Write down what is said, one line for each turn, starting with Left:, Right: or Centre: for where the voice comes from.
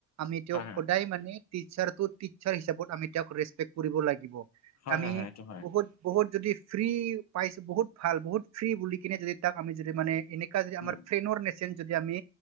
Right: আমি তেওঁক
Left: হয়
Right: সদায় মানে- টিচাৰটো টিচাৰ হিচাপত আমি তেওঁক ৰেচপেক্ট কৰিব লাগিব,
Left: হয়
Right: আমি
Left: হয় হয় হয় হয় এইটো হয়
Right: বহুত- বহুত যদি ফ্ৰী পাইছো বহুত ভাল বহুত ফ্ৰী বুলি কিনে যদি তাক আমি যদি মানে এনে- নেকা যদি আমাৰ
Left: উম
Right: ফ্ৰেনৰ নেচেন যদি আমি